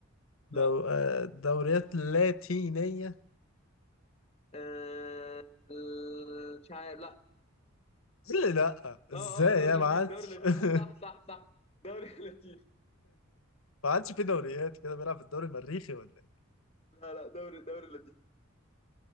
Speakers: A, on the left; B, on the left.
A: لا
B: دو... آه، دوريات لاتينيه
A: آه... مش عارف لا
B: قال لي لا ازاي
A: اه اه دوري
B: يا ما
A: لاتيني
B: عادش
A: دوري لاتيني
B: <laughs>
A: صح صح صح دوري <laughs> لاتيني
B: ما عادش في دوريات كده بيلعب في الدوري المريخي ولا ايه
A: لا لا دوري دوري لاتيني